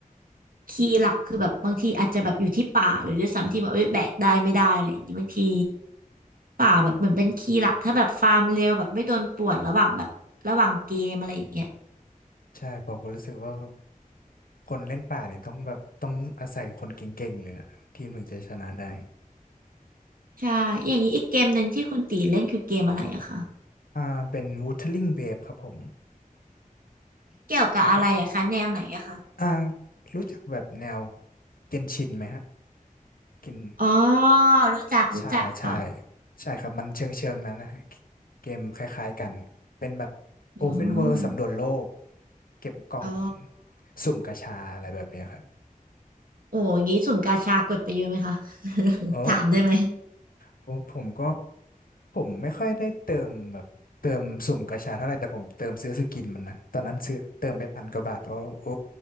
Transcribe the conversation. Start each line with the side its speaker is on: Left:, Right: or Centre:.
Right: คีย์หลักคือแบบบางทีอาจจะแบบอยู่ที่ป่าหรือด้วยซ้ำที่แบบเอ้ยแบกได้ไม่ได้อะไรอย่างงี้บางทีป่าแบบเหมือนเป็นคีย์หลักถ้าแบบฟาร์มเร็วแบบไม่โดนป่วนระหว่างแบบระหว่างเกมอะไรอย่างเงี้ย
Left: ใช่ผมก็รู้สึกว่าคนเล่นป่าเนี่ยต้องแบบต้องอาศัยคนเก่งๆเลยล่ะทีมถึงจะชนะได้
Right: ใช่อย่างนี้อีกเกมหนึ่งที่คุณตีเล่นคือเกมอะไรอะคะ
Left: อ่าเป็น Wuthering Waves ครับผม
Right: เกี่ยวกับอะไรอะคะแนวไหนอะคะ
Left: แบบอ่ารู้จักแบบแนวเกนชินไหมฮะเกน
Right: อ๋อรู้จักรู้จักค่ะ
Left: ใช่ใช่ใช่ครับมันเชิงเชิงนั้นนะเกมคล้ายๆกันเป็นแบบ Open
Right: อื
Left: World
Right: ม
Left: สำรวจโลกเก็บกล่อง
Right: อ๋อ
Left: สุ่มกาชาอะไรแบบเนี้ยครับ
Right: โอ้อย่างงี้สุ่มกาชากดไปเยอะไหมคะ
Left: โอ
Right: <laughs> ถามได้ไหม
Left: โอ้ผมก็ผมไม่ค่อยได้เติมแบบเติมสุ่มกาชาเท่าไหร่แต่ผมเติมซื้อสกินมันนะตอนนั้นซื้อเติมไปพันกว่าบาทเพราะโอ้